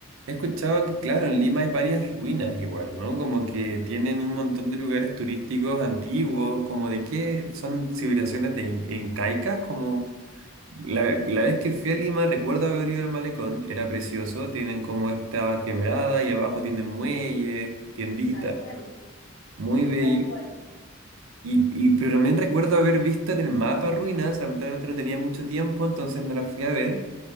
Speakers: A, on the right (about 80°); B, on the left (about 65°).
A: He escuchado que, claro, en Lima hay varias ruinas igual, ¿no? Como que tienen un montón de lugares turísticos antiguos, como de qué son civilizaciones de in- incaicas, como la, la vez que fui a Lima recuerdo haber ido al malecón, era precioso, tienen como esta quebrada y abajo tienen muelles, tienditas,
B: Tal cual,
A: muy bello.
B: tal cual.
A: Y, y, pero también recuerdo haber visto en el mapa ruinas, lamentablemente no tenía mucho tiempo, entonces no las fui a ver.